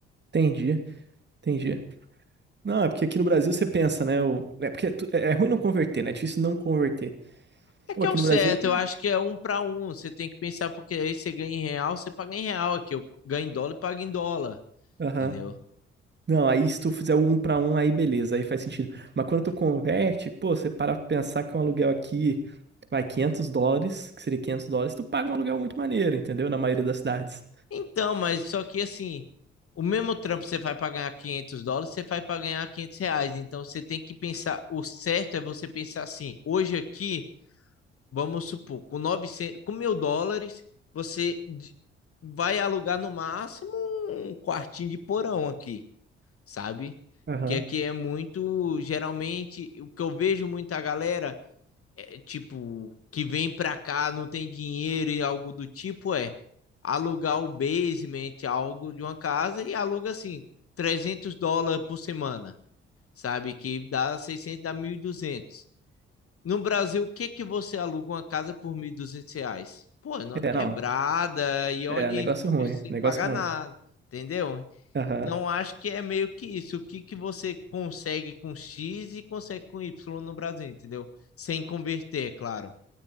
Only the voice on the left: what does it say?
É
que
é o
certo,
eu acho que é um para um. Você tem que pensar, porque aí você ganha em real, você paga em real aqui. Eu ganho em dólar e pago em dólar,
entendeu?
Então, mas só que assim, o mesmo trampo que você faz para ganhar 500 dólares, você faz para ganhar 500 reais. Então, você tem que pensar, o certo é você pensar assim, hoje aqui, vamos supor, com 900, com mil dólares, você d- vai alugar no máximo um quartinho de porão aqui, sabe?
Que aqui é muito, geralmente, o que eu vejo muita galera é, tipo, que vem pra cá, não tem dinheiro e algo do tipo, é alugar o basement, algo de uma casa e aluga assim, 300 dólares por semana, sabe? Que dá 600 dá mil e duzentos No Brasil, o que que você aluga uma casa por 1.200 reais? Pô, é numa
quebrada
e
olhe
sem
pagar
nada, entendeu?
Então, acho que é meio que isso. O que que você consegue com X e consegue com Y no Brasil, entendeu? Sem converter, é claro.